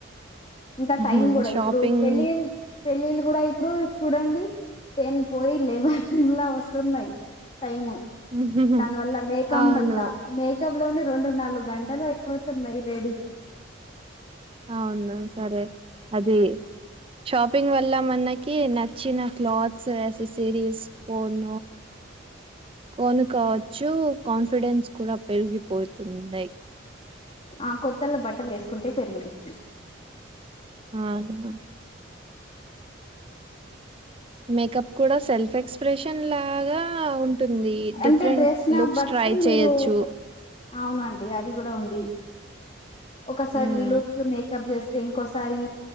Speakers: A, on the left; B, on the right.
A: ఇంకా
B: ఉహు
A: టైం కూడా
B: షాపింగ్
A: ఇప్పుడు పెళ్లి న్ పెళ్ళిళ్ళు కూడా ఇప్పుడు చూడండి టెన్ పోయి లెవెన్ లా వస్తున్నాయి టైమ్
B: మ్హూ.
A: దాని వల్ల మేకం
B: అవును
A: వల్ల మేక్ కప్ లోనే రెండు నాలుగు గంటలు అయిపోతున్నాయి లేడీస్
B: అవును సరే అది షాపింగ్ వల్ల మనకి నచ్చిన క్లాత్స్ ఎసెసరీస్ ఫోన్ కొను కావచ్చు కాన్ఫిడెన్స్ కూడా పెరిగిపోతున్నాయి
A: ఆ కొత్తోళ్ళ బట్టలు వేసుకుంటే పెరుగుతుంది
B: అవునా మేకప్ కూడా సెల్ఫ్ ఎక్స్ప్రెషన్ లాగా ఉన్ టుంది
A: అంటే
B: డిఫరెంట్
A: డ్రెస్ నా
B: లుక్స్
A: బట్టి
B: ట్రై
A: మీరు
B: చేయోచ్చు
A: అవునండి అది కూడా ఉంది ఒకసారి
B: మ్మ్
A: ఈ లుక్ మేకప్ చేస్ స్తె ఇంకోసారి